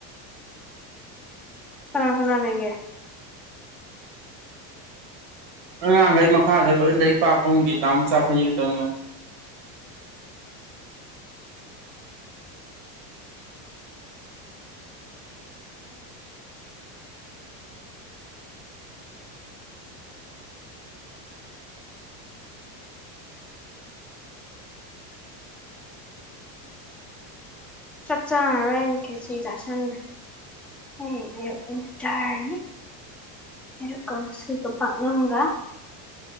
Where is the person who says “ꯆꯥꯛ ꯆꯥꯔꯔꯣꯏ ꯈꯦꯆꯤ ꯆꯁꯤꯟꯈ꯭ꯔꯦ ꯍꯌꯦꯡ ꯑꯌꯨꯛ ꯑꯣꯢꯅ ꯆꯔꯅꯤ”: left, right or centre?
Centre